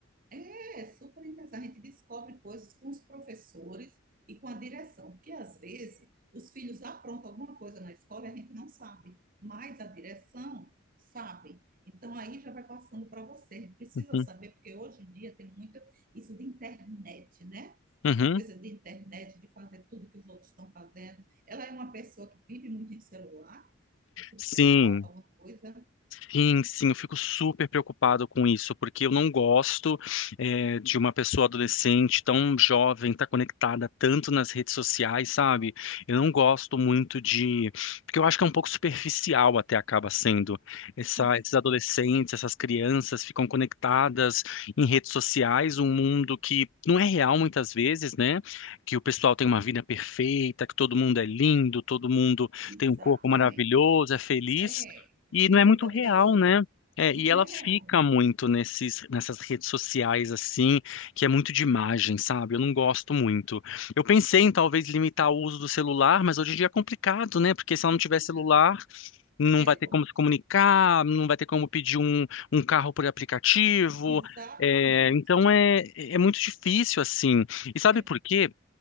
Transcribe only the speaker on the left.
Uhum.
Uhum.
Sim.
Sim, sim, eu fico super preocupado com isso, porque eu não gosto eh, de uma pessoa adolescente tão jovem, estar conectada tanto nas redes sociais, sabe? Eu não gosto muito de. Porque eu acho que é um pouco superficial até acaba sendo. Essa-
esses adolescentes, essas crianças ficam conectadas em redes sociais, um mundo que não é real muitas vezes, né? Que o pessoal tem uma vida perfeita, que todo mundo é lindo, todo mundo
tem um corpo maravilhoso, é feliz.
E
não é muito
real,
né? É,
e ela
fica muito nesses, nessas redes sociais, assim, que é muito de imagem, sabe? Eu não gosto muito. Eu pensei em talvez limitar o uso do celular, mas hoje em dia é complicado, né? Porque se ela
não
tiver celular, não
vai ter
como se comunicar, não vai ter como pedir um, um carro por aplicativo.
É, então
é, é muito difícil, assim. E sabe
por quê?